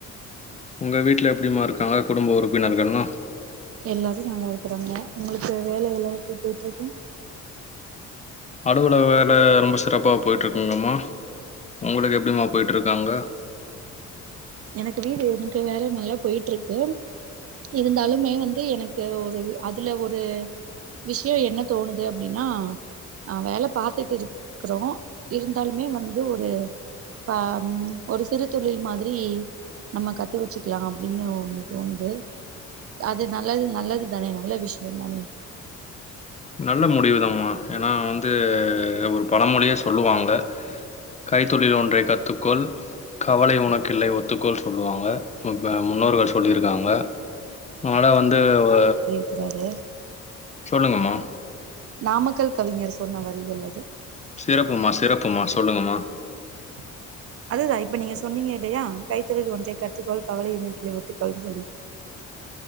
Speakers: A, on the left (about 25°); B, on the right (about 50°).
A: உங்க வீட்ல எப்புடிமா இருக்காங்க குடும்ப உறுப்பினர்கள்லா
B: எல்லாரு நல்லா இருக்குறாங்க உங்களுக்கு வேலை எல்லா எப்டி போயிட்ருக்கு
A: அலுவலக வேல ரொம்ப சிறப்பா போயிட்ருக்குங்கம்மா உங்களுக்கு எப்டிமா போயிட்ருக்கு அங்க
B: எனக்கு வீடு எனக்கு வேல நல்லா போயிட்ருக்கு இருந்தாலுமே வந்து எனக்கு ஒரு அதுல ஒரு விஷியோ என்ன தோணுது அப்டின்னா ஆ வேல பாத்துட்டு இருக்குறோ இருந்தாலுமே வந்து ஒரு பா ஒரு சிறு தொழில் மாதி ரி நம்ம கத்து வச்சுக்கலா அப்டின்னு தோணுது அது நல்லது நல்லது தானே நல்ல விஷியோ தானே
A: நல்ல முடிவுதாம்மா ஏனா வந்து ஒரு பழமொழியே சொல்லுவாங்க கைத்தொழில் ஒன்றை கத்துக்கொள் கவலை உனக்கில்லை ஒத்துக்கொள் சொல்லுவாங்க ப முன்னோர்கள் சொல்லிருக்காங்க மழ வந்து வ
B: ருக்குறாரு
A: சொல்லுங்க மா
B: நாமக்கல் கவிஞர் சொன்ன வரிகள் அது
A: சிறப்புமா சிறப்புமா சொல்லுங்கமா
B: <inaudible> அதேதா இப்ப நீங்க சொன்னீங்க இல்லையா கைத்தொழில் ஒன்றை கற்றுக்கோள் கவலை உனக்கில்லை ஒத்துக்கொள்னு சொல்லி